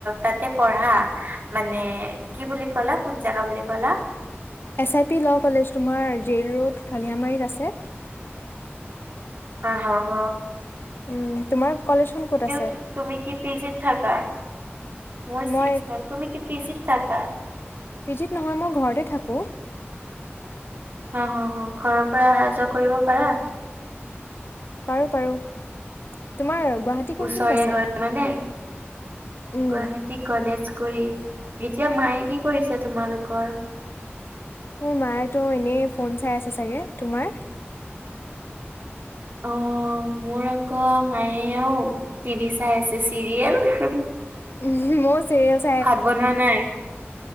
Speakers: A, on the right; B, on the left.
A: তাতে পঢ়া মানে কি বুলি ক'লা কোন জাগা বুলি ক'লা?
B: S I P law college তোমাৰ জেইল ৰোড খালিয়ামাৰীত আছে।
A: আ হ হ।
B: উম তোমাৰ কলেজখন ক'ত আছে?
A: কি তুমি কি পিজিত থাকা? মোৰ
B: মই
A: ছিক্স ছেম। তুমি কি পিজিত থাকা?
B: পিজিত নহয় মই ঘৰতে থাকোঁ।
A: অঁ হ হ। ঘৰৰ পৰা অহা যোৱা কৰিব পাৰা?
B: পাৰোঁ পাৰোঁ। তোমাৰ গুৱাহাটী কোনখিনিত
A: ওচৰে
B: আছে
A: হয় মানে
B: উম
A: গুৱাহাটী গণেশ গুৰি। এতিয়া মায়ে কি কৰিছে তোমালোকৰ?
B: মোৰ মায় ত' এনেই ফোন চাই আছে চাগে। তোমাৰ?
A: অ মোৰ আকৌ মায়েও টিভি চাই আছে চিৰিয়েল।
B: উম মইও চিৰি
A: ভাত বনোৱা নাই?